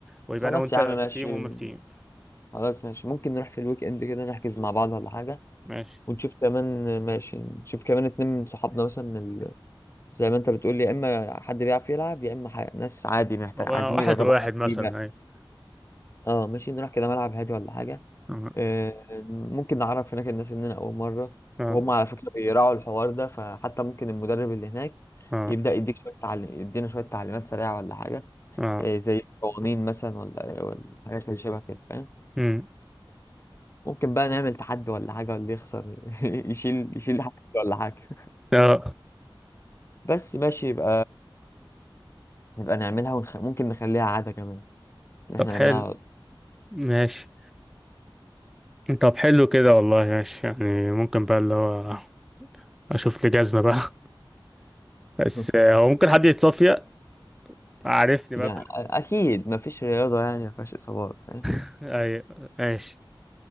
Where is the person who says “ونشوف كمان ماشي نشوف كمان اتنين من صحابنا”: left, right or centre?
Left